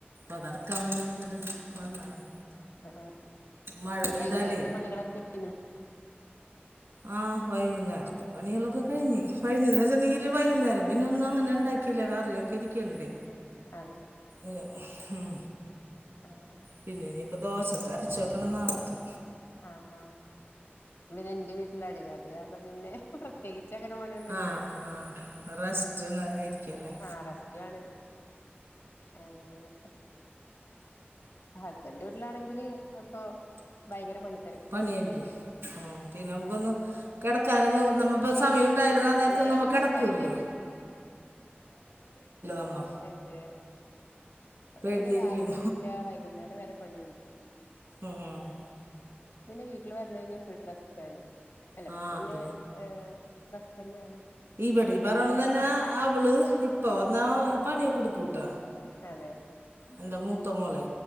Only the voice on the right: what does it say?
അതടക്കാവേണ്ടിങ്ങട്ട് വന്നാണ്
മഴ പെയ്താലേ
ആഹ് വൈകുന്നേര്ത്ത് പണികളക്കെ കഴിഞ്ഞ് കഴിഞ്ഞെന്ന് വെച്ചാ ഇനി വൈകുന്നര പിന്നെ ഒന്നും അങ്ങനെ ഇണ്ടാക്കീയില്ല കറിയൊക്കെ ഇരിക്ക്ണ്ട്
ഏഹ് ഉം
പിന്നെ ഇനിയിപ്പോ ദോശക്ക് അരച്ച് വെക്കണം നാളക്ക്.
ആ ആ റെസ്റ്റ് ഇരിക്കല്ലേ
പണ്യായിരിക്കും ഉം പിന്നെ നമുക്കൊന്ന് കെടക്കാനൊന്നും നമ്മപ്പോ
സമയണ്ടായാലു ആ നേരത്തൊന്നും
നമ്മ കെടക്കൂലല്ലോ.
നമ്മ
പേടിയായിരിക്കും
ഉം
ആഹ് അത്
ഇവടിം ഈ പർഞ്ഞോണം തന്നെ അവള് ഇപ്പ വന്നാ പണ്യാക്കെട്ക്കൂട്ടോ.
എൻ്റെ മൂത്തമോളെ